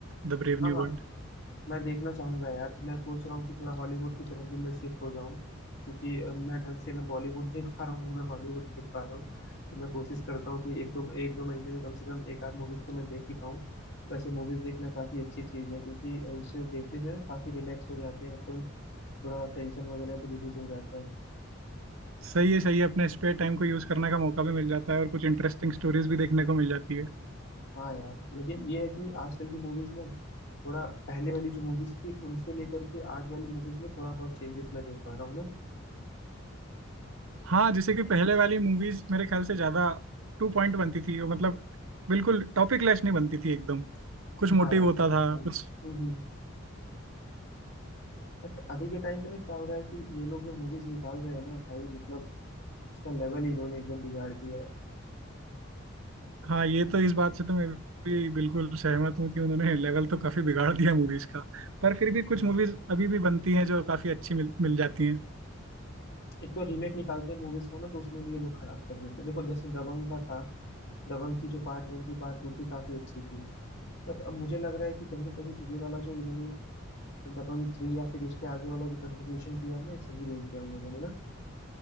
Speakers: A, on the right (about 75°); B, on the left (about 55°).
A: the brave
B: हाँ
A: new
B: हाँ
A: world
B: मैं देखना चाहूंगा यार मैं सोच रहा हूँ कि थोड़ा हॉलीवुड की तरफ भी मैं शिफ्ट हो जाऊं क्योंकि अ, मैं ढंग से ना बॉलीवुड देख पा रहा हूँ ना मैं हॉलीवुड देख पा रहा हूँ तो मैं कोशिश करता हूँ कि एक दो एक दो महीने में कम से कम एक आध मूवीज तो मैं देख ही पाऊँ वैसे मूवीज देखना काफी अच्छी चीज है क्योंकि अ, उससे देखने से ना काफी रिलैक्स हो जाते हैं अपन थोड़ा टेंशन वगैरह भी रिलीज हो जाता है
A: सही है सही है अपने स्पेयर टाइम को यूज करने का मौका भी मिल जाता है और कुछ इंटरेस्टिंग स्टोरीज भी देखने को मिल जाती है
B: हाँ यार लेकिन ये है कि आजकल की मूवीज ना थोड़ा पहले वाली जो मूवीज थी उनसे लेकर के आज वाली मूवीज में थोड़ा बहुत चेंजेस मैं देख पा रहा हूँ ना
A: हाँ जैसे कि पहले वाली मूवीज मेरे ख्याल से ज्यादा टू पॉइंट बनती थी वो मतलब बिल्कुल टॉपिक लेस नहीं बनती थी एकदम कुछ मोटिव
B: हाँ यार
A: होता
B: वो तो
A: था
B: है
A: कुछ
B: हम्म हम्म। बट अभी के टाइम पे ना क्या हो रहा है कि ये लोग जो मूवीज निकाल रहे हैं ना भाई मतलब उसका लेवल ही इन्होंने एकदम बिगाड़ दिया है
A: हाँ ये तो इस बात से तो मैं भी बिल्कुल सहमत हूँ कि उन्होंने लेवल तो काफी बिगाड़ दिया मूवीज का पर फिर भी कुछ
B: हाँ
A: मूवीज अभी भी बनती हैं जो काफी अच्छी मिल, मिल जाती हैं
B: एक तो रीमेक निकालते हैं मूवीज का ना तो उसमें भी ये लोग खराब कर देते हैं देखो जैसे दबंग का था दबंग की जो पार्ट वन थी पार्ट टू थी काफी अच्छी थी बट अब मुझे लग रहा है कि कहीं ना कहीं ये वाला जो इन्होंने दबंग थ्री या फिर उसके आगे वाला जो कंटिन्यूशन किया है ना ये सही नहीं किया उन लोगों ने ना